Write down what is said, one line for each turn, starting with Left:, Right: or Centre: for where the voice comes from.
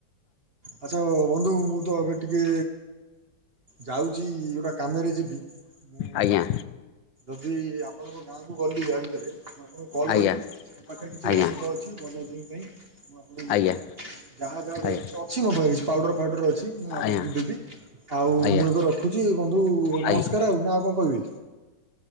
Right: ଆଚ୍ଛା ବନ୍ଧୁ ମୁଁ ତ ଏବେ ଟିକେ ଯାଉଛି ଗୋଟା କାମରେ ଯିବି ମୁଁ
Left: ଆଜ୍ଞା
Right: <unintelligible> ଆପଣଙ୍କ ଗାଁକୁ ଗଲି ଯାହା ଭିତରେ ମୁଁ ଆପଣଙ୍କୁ କଲ୍
Left: ଆଜ୍ଞା
Right: କରିବି ମୋ ପାଖରେ କିଛି
Left: ଆଜ୍ଞା
Right: ଔଷଧ ଅଛି ବଦହଜମି ପାଇଁ ମୁଁ ଆପଣଙ୍କୁ ଦେବି
Left: ଆଜ୍ଞା
Right: ଯାହା ଯାହା
Left: ଆଜ୍ଞା
Right: ଜିନିଷ ପାଉଡର ଫାଉଡର ଅଛି ମୁଁ
Left: ଆଜ୍ଞା
Right: ଆପଣଙ୍କୁ ଦେବି ଆଉ
Left: ଆଜ୍ଞା
Right: ମୁଁ ଏବେ ରଖୁଛି ବନ୍ଧୁ ନମସ୍କାର
Left: ଆଜ୍ଞା ଆଜ୍ଞା
Right: ଆଉ ନା ଆଉ କଣ କହିବେ?